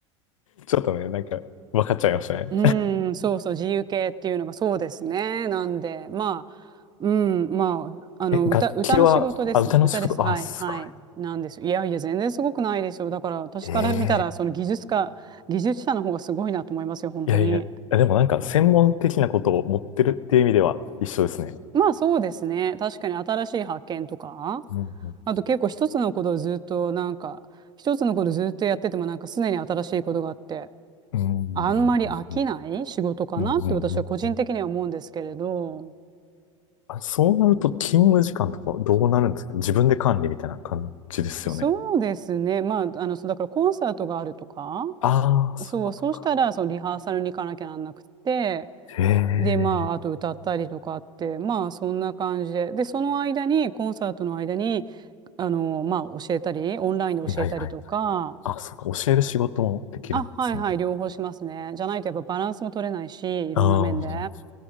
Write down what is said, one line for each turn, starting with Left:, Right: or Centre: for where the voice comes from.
Left: ちょっとね、なんか、分かっちゃいましたね。
Right: うんそうそう自由形っていうのがそうですね。なんでまあうんまああの歌、
Left: え、楽器は、
Right: 歌の仕事ですね。
Left: あ、歌の仕事、
Right: 歌ですはいはいなんですよ。
Left: あ、すごい。
Right: いやいや全然すごくないですよ。だから私から見たらその技術家技術者の方がすごいなと思いますよ本当に。
Left: ええいやいや、でもなんか、専門的なことを持ってるっていう意味では一緒ですね。
Right: まあそうですね。確かに新しい発見とか。
Left: うんうんうん
Right: あと結構一つのことをずっとなんか、一つのことをずっとやっててもなんか常に新しいことがあって、
Left: うん。
Right: あんまり飽きない仕事かなって私は個人的には思うんですけれど、
Left: うん。うんうんうんうんうんあ、そうなると勤務時間とかどうなるんですか自分で管理みたいな感じですよね。
Right: そうですね。まあ、あの、そうだからコンサートがあるとか、
Left: ああ、そういうことか。
Right: そう、そうしたらそのリハーサルに行かなきゃなんなくて、
Left: へえ。
Right: で、まあ、あと歌ったりとかって、まあ、そんな感じで。で、その間に、コンサートの間に、あの、まあ、教えたり、オンラインで教えたりとか、
Left: はいはいはい。あ、そうか。教える仕事もできるんですね。
Right: あ、はいはい、両方しますね。じゃないとやっぱバランスも取れないし、いろんな面で。
Left: ああ。